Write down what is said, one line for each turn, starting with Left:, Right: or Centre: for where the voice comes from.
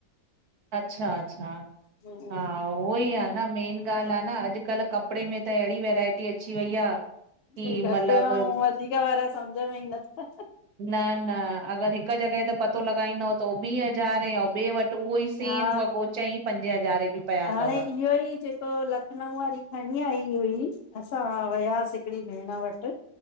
Right: अच्छा अच्छा
Left: हुं
Right: हा उहोई आ न मेन ॻाल्ह आ न अॼकल्ह कपिड़े में त एहिड़ी वेरायटी अची वई आ की
Left: कि घट
Right: मतलब
Left: ऐं वधिक वारा समझ में ई नथा
Right: न न अॻर हिक जॻहि ते पतो लॻाईंदव त उ बी हज़ारे आउ ॿे वट त उहो ई सेम
Left: हा
Right: वॻो चईं पंजे हज़ारे भी पया
Left: हाणे
Right: अथव
Left: इहो ई थिए तो लख लखनऊ वारी खणी आई हुई असां वयासीं हिकड़ी भेण वट